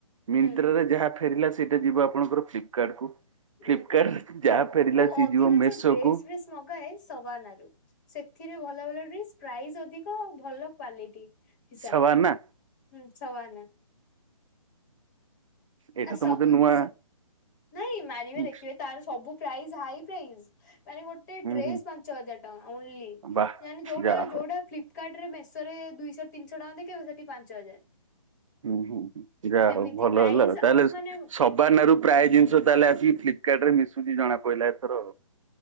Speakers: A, on the right (about 60°); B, on the left (about 30°).
A: ମିନ୍ତ୍ରାରେ
B: ହୁଁ
A: ଯାହା ଫେରିଲା ସେଇଟା ଯିବ ଆପଣଙ୍କର ଫ୍ଲିପ୍ କାର୍ଡ କୁ।
B: ହୁଁ
A: ଫ୍ଲିପ୍ କାର୍ଡ ଯାହା ଫେରିଲା
B: ମୁଁ
A: ସିଏ
B: ଅଧିକାଂଶ
A: ଯିବ ମେଷୋ
B: ଡ୍ରେସ
A: କୁ।
B: ଫ୍ରେସ୍ ମଗାଏ ସବାନା ରୁ ସେଥିରେ ଭଲ ଭଲ ଡ୍ରେସ୍ ପ୍ରାଇସ୍ ଅଧିକ ଆଉ ଭଲ କ୍ଵାଲିଟି। ହିସାବ୍
A: ସବାନା
B: ରେ ହୁଁ ସବାନା।
A: ଏଇଟା
B: ଆଉ
A: ତ
B: ସ
A: ମତେ ନୂଆ
B: ସ ନାଇଁ ମାରିବେ
A: ହୁଁ
B: ଦେଖିବେ। ତାର ସବୁ ପ୍ରାଇଜ୍ ହାଇ ପ୍ରାଇଜ୍ ତାନେ ଗୋ ଗୋଟେ ଡ୍ରେସ୍
A: ହୁଁ
B: ପାଞ୍ଚ ହଜାର ଟଙ୍କା ଓନ୍ଲି
A: ବାଃ
B: ଜାଣିନି ଯୋଉଟା
A: ଯାହା ହଉ।
B: ଯୋଉଟା ଫ୍ଲିପ୍ କାର୍ଡ ରେ ମେଷୋରେ ଦୁଇଶହ ତିନିଶହ ଟଙ୍କା ଦେଖଇବ ସେଇଠି ପାଞ୍ଚ ହଜାର।
A: ହୁଁ ହୁଁ ହୁଁ ଯାହା
B: ସେମିତି
A: ହୋଉ ଭଲ
B: ପ୍ରାଇସ୍
A: ହେଲା ଆଉ ତାହେଲେ
B: ମାନେ
A: ସବାନା ରୁ ପ୍ରାୟ ଜିନ୍ଷ ତାହେଲେ ଆସିକି ଫ୍ଲିପ୍ କାର୍ଡ ରେ ମିଶୁଛି ଜଣା ପଇଲା ଏଥର ଆଉ।